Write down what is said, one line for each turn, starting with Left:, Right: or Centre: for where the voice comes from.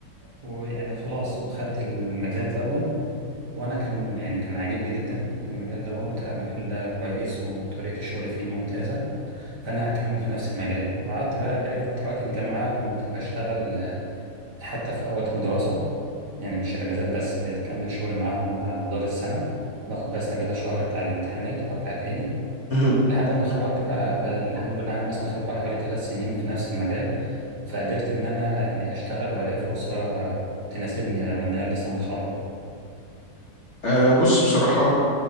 Right: ويعني خلاص وخدت المجال دون وأنا كان يعني كان عاجبني جدا المجال دون قلت لا مجال كويس وطريقة الشغل فيه ممتازة فأنا هكمل في نفس المجال وقعدت بقى باقي فترات الجامعة كنت بشتغل آه، حتى في أوقات الدراسة يعني مش الأجازات بس بقيت أكمل شغل معاهم على مدار السنة باخد بس أجازة شهر بتاع الامتحانات وأرجع تاني
Left: مهم.
Right: لحد ما اتخرجت بقى, بقى الحمد لله عندي مثلا خبرة حوالي ثلاث سنين في نفس المجال فقدرت إن أنا يعني أشتغل وألاقي فرصة آه، تناسبني رغم إن أنا لسه متخرج
Left: أه بص بصراحة